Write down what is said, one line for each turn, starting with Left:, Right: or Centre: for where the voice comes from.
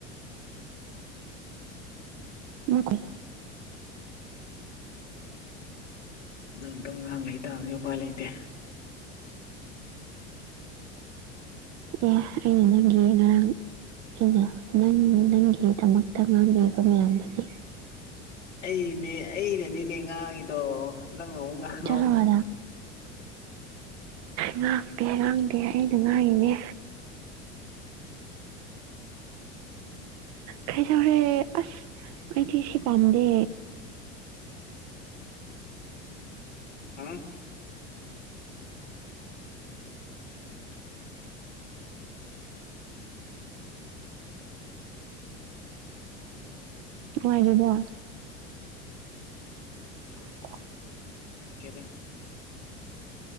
Right: ꯕꯀꯜ
Left: ꯅꯪ ꯑꯗꯨꯝ ꯉꯥꯡ ꯂꯩꯇꯥꯥꯕꯗꯤ ꯎꯄꯥꯏ ꯂꯩꯇꯦ
Right: ꯑꯦ ꯑꯩꯅ ꯅꯪꯒꯤ ꯉꯔꯥꯡ ꯑꯩꯅ ꯅꯪ ꯅꯪꯒꯤꯗꯃꯛꯇ ꯉꯥꯡꯕꯤꯔꯤꯕ ꯃꯌꯥꯝꯗꯨꯗꯤ
Left: ꯑꯩꯅꯦ ꯑꯩꯅꯅꯤꯅꯦ ꯉꯥꯒꯤꯗꯣ ꯅꯪꯉ ꯉꯥ
Right: ꯆꯠꯂꯣ ꯑꯗ ꯉꯥꯡꯗꯦ ꯉꯥꯡꯗꯦ ꯑꯩꯅ ꯉꯥꯡꯉꯤꯅꯦ ꯈꯩꯖ ꯍꯔꯦ ꯑꯁ ꯑꯩꯛꯇꯁꯤ ꯄꯝ ꯗꯦ
Left: ꯑ <unintelligible> ꯎꯝ
Right: ꯑꯣꯏꯉꯕ <inaudible>
Left: ꯑꯗꯨꯉꯥꯏꯇꯦꯗ